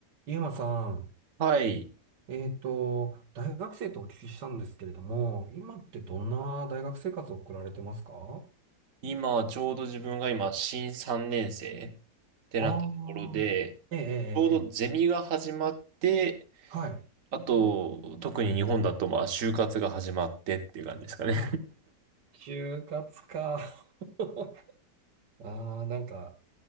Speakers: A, on the right (about 85°); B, on the right (about 50°).
A: ゆうまさん、
B: はい。
A: えっと、大学生とお聞きしたんですけれども、今ってどんな大学生活を送られてますか
B: 今、ちょうど自分が今、新3年生ってなったところで、
A: ああー、ええ、ええ、
B: ちょうどゼミが始まって、
A: ええはい。
B: あと、特に日本だと、まあ、就活が始まってっていう感じですかね。
A: はい。就活か。<laughs> ああ、なんか、